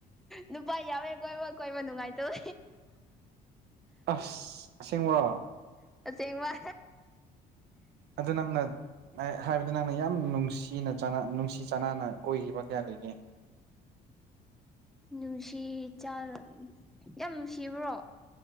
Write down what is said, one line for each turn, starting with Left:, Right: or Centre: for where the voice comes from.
Centre: ꯅꯨꯄꯥ ꯌꯥꯎꯋꯦ ꯀꯣꯏꯕ ꯀꯣꯏꯕ ꯅꯨꯡꯉꯥꯏꯇꯧ
Right: ꯑꯁ ꯑꯁꯦꯡꯕꯨꯔꯣ
Centre: ꯆꯦꯡꯦꯡ ꯃꯥ
Right: ꯑꯗꯨꯗ ꯅꯪꯅ ꯍꯥꯏꯕꯗꯤ ꯅꯪꯅ ꯌꯥꯝ ꯅꯨꯡꯁꯤꯅ ꯅꯨꯡꯁꯤ ꯆꯅꯅ ꯀꯣꯏꯈꯤꯕ ꯀꯌꯥ ꯂꯩꯒꯦ <unintelligible> <inaudible>
Centre: ꯅꯨꯡꯁꯤ ꯆ ꯌꯥꯝ ꯅꯨꯡꯁꯤꯕ꯭ꯔꯣ